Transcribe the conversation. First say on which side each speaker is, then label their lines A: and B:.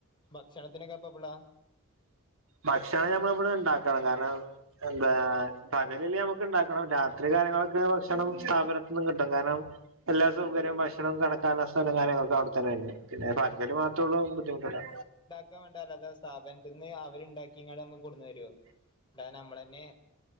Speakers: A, on the left; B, on the right.
A: ഭക്ഷണത്തിനൊക്കെപ്പ എപ്പടളാ
B: ഭക്ഷണം നമ്മള് ഇവിടെ ഉണ്ടാക്കണം കാരണം എന്താ പകല് നമുക്ക് ഉണ്ടാക്കണം രാത്രി കാര്യങ്ങളൊക്കെ ഭക്ഷണം സ്ഥാപനത്തി നിന്നും കിട്ടും കാരണം എല്ലാ സൗകര്യവും ഭക്ഷണം കടക്കാനുള്ള സ്ഥലം കാര്യങ്ങളൊക്കെ അവിടെത്തന്നെന്നാണ് പിന്നെ എന്തും മാത്രേള്ളു ബുദ്ധിമുട്ടല്
A: ക്ക വാണ്ടത് സ്ഥാപനത്തിന്ന് അവര് ഉണ്ടാക്കിങ്ങാണ്ട് നമ്മള് കൊടുന്നരോ ണ്ടായ നമ്മളന്നെ